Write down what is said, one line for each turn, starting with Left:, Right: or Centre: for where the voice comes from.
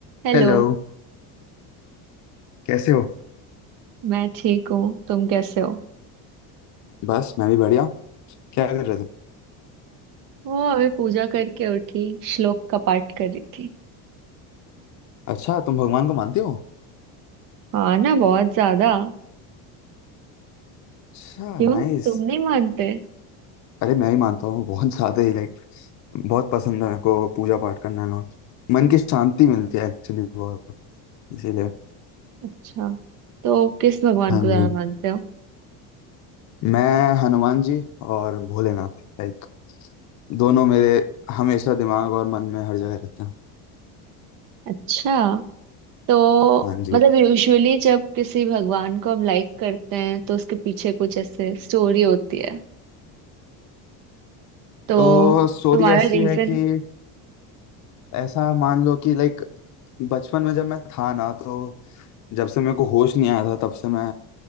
Right: Hello
Left: Hello कैसे हो
Right: मैं ठीक हूँ तुम कैसे हो
Left: बस मैं भी बढ़िया क्या कर रहे थे
Right: वो अभी पूजा करके उठी श्लोक का पाठ कर रही थी
Left: अच्छा तुम भगवान को मानती हो
Right: हाँ ना बहुत ज्यादा
Left: अच्छा
Right: क्यों
Left: नाइस
Right: तुम नहीं मानते
Left: अरे मैं भी मानता हूँ बहुत ज्यादा ही लाइक बहुत पसंद है मेरे को पूजा पाठ करना ना मन की शांति मिलती है एक्चुअली बहुत इसीलिए
Right: अच्छा तो किस भगवान
Left: हाँ
Right: को ज्यादा
Left: जी
Right: मानते हो
Left: मैं हनुमान जी और भोलेनाथ लाइक दोनों मेरे हमेशा दिमाग और मन में हर जगह रहते हैं
Right: अच्छा तो
Left: हाँ जी
Right: मतलब यूजुअली जब किसी भगवान को हम लाइक करते हैं तो उसके पीछे कुछ ऐसे स्टोरी होती है तो
Left: तो स्टोरी
Right: तुम्हारा
Left: ऐसी
Right: रीजन
Left: है कि ऐसा मान लो कि लाइक बचपन में जब मैं था ना तो जब से मेरे को होश नहीं आया था तब से मैं